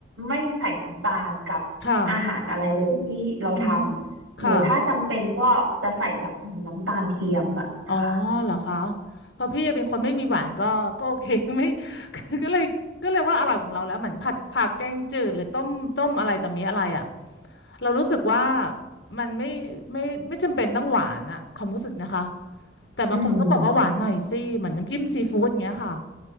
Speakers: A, on the right (about 75°); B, on the left (about 60°).
A: ไม่ใส่น้ำตาลกับอาหารอะไรเลยที่เราทำหรือถ้าจำเป็นก็จะใส่แบบเหมือนน้ำตาลเทียมแบบเนี้ยค่ะ
B: ค่ะอือหือค่ะ อ๋อเหรอคะเพราะพี่เป็นคนไม่มีหวานก็ก็โอเค <laughs> ไม่คือก็เลยก็เลยว่าอร่อยของเราแล้วเหมือนผัดผักแกงจืดหรือต้มต้มอะไรต่อมีอะไรอ่ะเรารู้สึกว่ามันไม่ไม่ไม่จำเป็นต้องหวานอะความรู้สึกนะคะแต่บางคนก็บอกว่าหวานหน่อยสิเหมือนน้ำจิ้มซีฟู้ดอย่างเงี้ยค่ะ
A: อืม